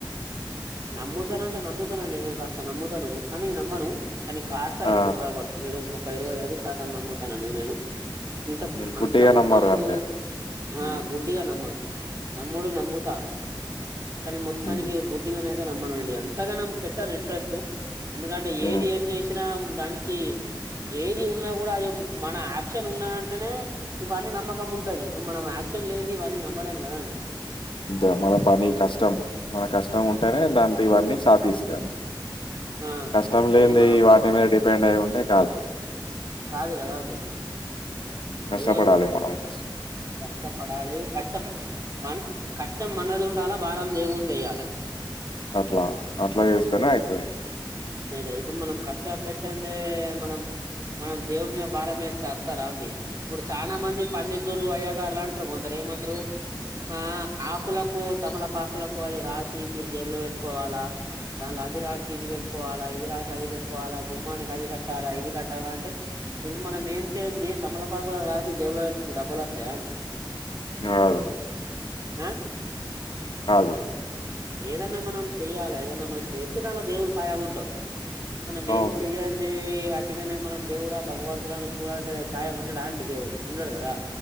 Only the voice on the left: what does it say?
ఆ!
హ్మ్. గుడ్డిగా
నమ్మరు అంతే. హ్మ్.
హ్మ్.
హ్మ్.
అంతే మన పని కష్టం మన కష్టం ఉంటేనే దానికి ఇవన్నీ సాధిస్తే అంతే
కష్టం లేన్ది
వాటి మీద డిపెండ్ అయి ఉంటాయ్
కష్టపడాలి
మనం ఫస్
అట్లా అట్లా చేస్తేనే అయితది.
ఆ
ఆగు
అవును.